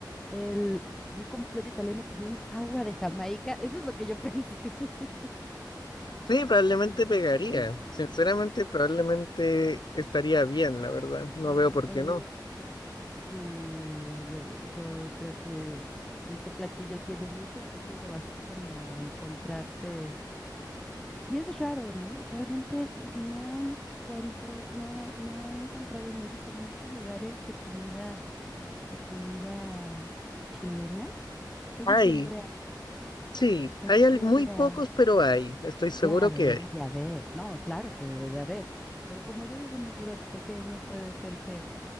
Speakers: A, in the centre; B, on the left.
A: El, un completo italiano con un agua de Jamaica, eso es lo que yo pensé. <laughs>
B: Sí, probablemente
A: Yo dije,
B: pegaría.
A: no, delicioso.
B: Sinceramente, probablemente estaría bien, la verdad.
A: Y
B: No veo
A: Yo
B: por
A: podría.
B: qué no.
A: Sí, yo, yo creo que ese platillo tiene mucho futuro, así como encontrarte. Y es raro, ¿no? Realmente no encuentro, no, no he encontrado en México muchos lugares de comida, de comida chilena. Casi
B: Ay,
A: siempre, ha-
B: Sí,
A: casi
B: hay al-
A: siempre
B: muy pocos,
A: hay.
B: pero hay, estoy seguro
A: Claro,
B: que
A: debe
B: hay.
A: de haber, no, claro que debe de haber. Pero como yo vivo en una ciudad pequeña, puede ser que